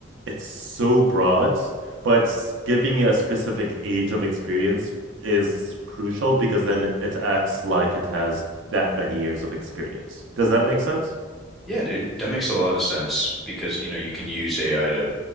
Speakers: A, on the right; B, in the centre.
A: it's so broad, but giving a specific age of experience is crucial because then it acts like it has that many years of experience. Does that make sense?
B: Yeah, dude, that makes a lot of sense because you know, you can use AI to